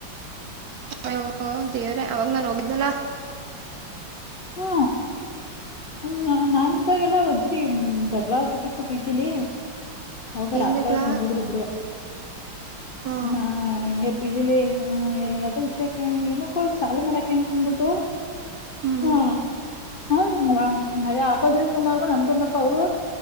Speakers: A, on the right; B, on the left.
A: ಅಯ್ಯೋ ದೇವ್ರ ಅವಾಗ ನಾ ಹೋಗಿದ್ದನ
B: ಹಾ ಹ್ಮ ನಾ ಇದ್ದಾಗಲ್ಲ ಒಂದ್ಸರಿ ಜಗಳ ಆಗ್ಬಿಟ್ಟಿತ್ತು ಪಿ ಜಿಲಿ ಅವಾಗ
A: ಏನ್
B: ರಾತ್ರಿ
A: ಜಗಳ
B: ಅವತ್ ಬಂದಿದ್ರ ಇಬ್ರೇ
A: ಹಾ
B: ನಾ ಹಂಗಗೆ ಬಿಜಿಲಿ ಯಾವ್ದೋ ವಿಷಯಕ್ಕೆ ಏನಕ್ಕೋ ಸಾಲು ಮಾಡಕ ಅಂತ ಅಂದಬಿಟ್ಟು
A: ಹ್ಮ್
B: ಹಾ ಹ್ಮ ಅದೇ ಆಪೋಸಿಟ್ ಬಾರ್ಕು ನಮ್ ಬರ್ಕ ಅವ್ರು